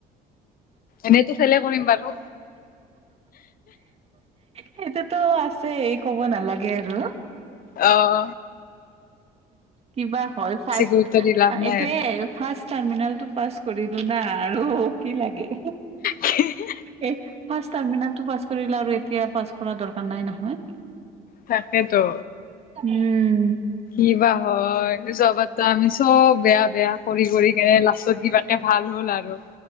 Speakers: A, on the left; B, on the right.
A: এনেইতো ফেলে কৰিম বাৰু।
B: সেইটোতো আছে ক'ব নালাগে আৰু।
A: অহ।
B: কিবা হয় ফাৰ্ষ্ট
A: গুৰুত্ব দি লাভ নাই
B: এইটোয়ে
A: আৰু।
B: ফাৰ্ষ্ট টাৰ্মিনেল টো পাছ কৰিলো না আৰু কি লাগে।
A: হে হে
B: এই ফাচ টাৰ্মিনাৰ পাছ কৰিলে আৰু এতিয়া পাছ কৰা দৰকাৰ নাই নহয়।
A: তাকেতো।
B: উম।
A: কিবা হয়, যোৱাবাত আমি চব বেয়া বেয়া কৰি কৰি কেনে লাষ্টত কিবা ভাল হ'ল আৰু